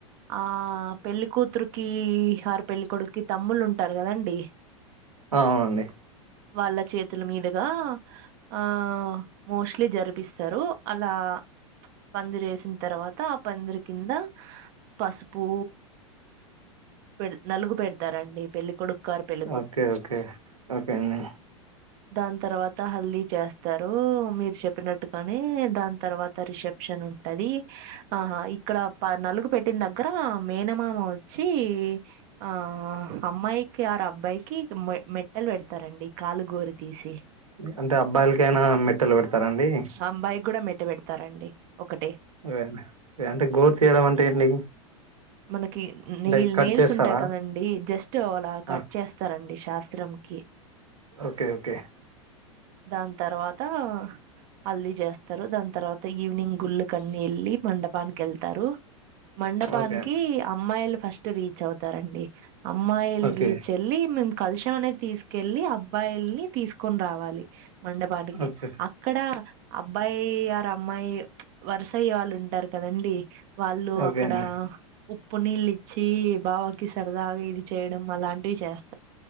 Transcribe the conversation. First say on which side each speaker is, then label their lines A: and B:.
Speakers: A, on the right; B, on the right.
A: ఆ పెళ్ళికూతురుకి ఆర్ పెళ్ళికొడుకి తమ్ముళ్లు ఉంటారు కదండి
B: ఆ అవునండి
A: వాళ్ళ చేతుల మీదుగా ఆ మోస్ట్లీ జరిపిస్తారు అలా పందిరు వేసిన తర్వాత ఆ పందిరి కింద పసుపు పెడ్ నలుగు పెడతారండి పెళ్లికొడుకు ఆర్ పెళ్
B: ఓకే ఓకే ఓకే అండి
A: దాని తర్వాత హల్దీ చేస్తారు మీరు చెప్పినట్టుగానే దాని తర్వాత రిసెప్షన్ ఉంటది ది ఆహా ఇక్కడ ప నలుగు పెట్టిన దగ్గర మేనమామ వచ్చి ఆ అమ్మాయికి ఆర్ అబ్బాయి మ మెట్టలు పెడతారండి కాలు గోరు తీసి
B: అంటే అబ్బాయిలకైనా మెట్టలు పెడతారండి
A: అబ్బాయికి కూడా మెట్ట పెడతారండి ఒకటే
B: ఇవ అంటే గోరు తీయడం అంటే ఏంటి
A: మనకి
B: అంటే
A: నెయిల్
B: కట్
A: నెయిల్స్
B: చేస్తారా
A: ఉంటాయి కదండి జస్ట్ అలా కట్
B: ఆ
A: చేస్తారు శాస్త్రం కి
B: ఓకే ఓకే
A: దాని తర్వాత హల్దీ చేస్తారు దాని తర్వాత ఈవినింగ్ గుళ్ళుకి అన్ని వెళ్ళి మండపానికి వెళ్తారు మండపానికి
B: ఓకే
A: అమ్మాయిలు ఫస్ట్ రీచ్ అవుతారండి అమ్మాయిల్
B: ఓకే
A: రీచ్ ఎల్లి కలషం అనేది తీసుకెళ్ళళ్ళి అబ్బాయిల్ని తీసుకొని రావాలి మండపాటికి
B: ఓకే
A: అక్కడ అబ్బాయి ఆరు అమ్మాయి వరుసయ్యే వాళ్ళు ఉంటారు కదండి వాళ్ళు
B: ఓకే
A: అక్కడ
B: అండి
A: పునీళ్లు ఇచ్చి బావకి సరదాగా ఇది చేయడం అలాంటివి చేస్తా